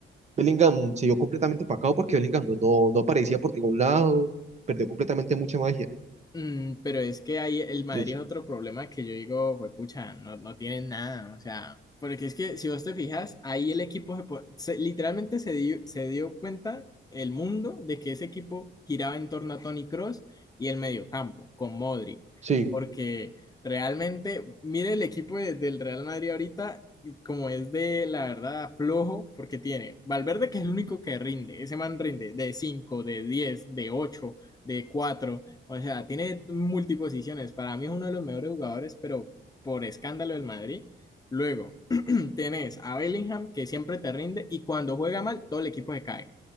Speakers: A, on the right (about 35°); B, on the left (about 20°).
A: Bellingham se vio completamente opacado porque Bellingham no, no, no aparecía por ningún lado, perdió completamente mucha magia.
B: Mm, pero es que ahí el Madrid
A: Entonces,
B: es otro problema que yo digo, juepucha, no, no tienen nada, o sea, porque es que si vos te fijas, ahí el equipo se, po- se- literalmente se dio, se dio cuenta el mundo de que ese equipo giraba en torno a Toni Kroos y el mediocampo con Modric,
A: sí,
B: porque realmente, mire el equipo de- del Real Madrid ahorita, y como es de la verdad flojo, porque tiene Valverde que es el único que rinde, ese man rinde de 5 de 10 de 8 de cuatro o sea, tiene multiposiciones. Para mí es uno de los mejores jugadores, pero por escándalo del Madrid. Luego <clears throat> tenés a Bellingham, que siempre te rinde, y cuando juega mal, todo el equipo se cae.